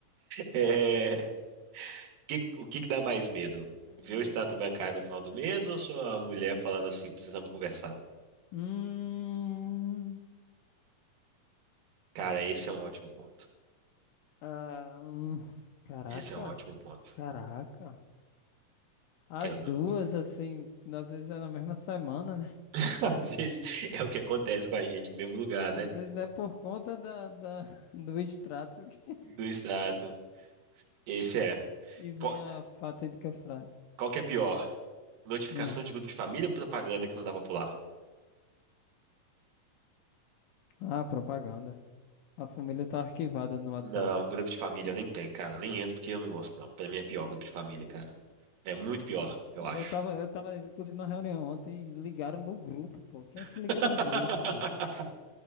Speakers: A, on the right (about 85°); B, on the left (about 80°).
A: É, que- o que que dá mais medo?
B: É.
A: Ver o extrato bancário no final do mês ou sua mulher falando assim, precisamos conversar?
B: Hum,
A: Cara, esse é um ótimo ponto.
B: ah, hum. Caraca.
A: Esse é um ótimo ponto.
B: Caraca. As
A: Eu não.
B: duas, assim, às vezes é na mesma semana, né?
A: <laughs> Às vezes é o que acontece com a gente no mesmo lugar,
B: Às
A: né?
B: vezes é por conta da, da- <laughs> do extrato que
A: Do extrato. Esse é.
B: que vem
A: Qual,
B: a fatídica frase.
A: qual que é pior? Notificação
B: Hum.
A: de grupo de família ou propaganda que não dá pra pular?
B: Ah, propaganda. A família tá arquivada no WhatsApp.
A: Não, grupo de família eu nem tem, cara. Nem entro porque eu não gosto, não. Pra mim é pior grupo de família, cara. É muito pior, eu acho.
B: Eu tava, eu tava, inclusive, na reunião ontem e ligaram no grupo, pô. Quem é que
A: <laughs>
B: liga no grupo, velho?